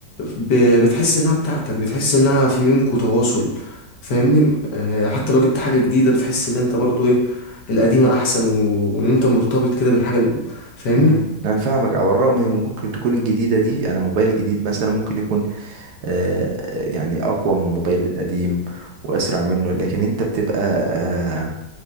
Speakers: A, on the left; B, on the right.
A: ب- بتحس انها بتاعتك بتحس انها في بينكوا تواصل فاهمني آه، حتى لو جبت حاجة جديدة بتحس ان انت برضو ايه القديمة احسن و- وان انت مرتبط كده بالحاجة ال- فاهمني
B: مم. انا فاهمك على الرغم ان ممكن تكون الجديده دي انا موبايل جديد مثلا ممكن يكون آه يعني اقوى من الموبايل القديم واسرع منه لكن انت بتبقى آه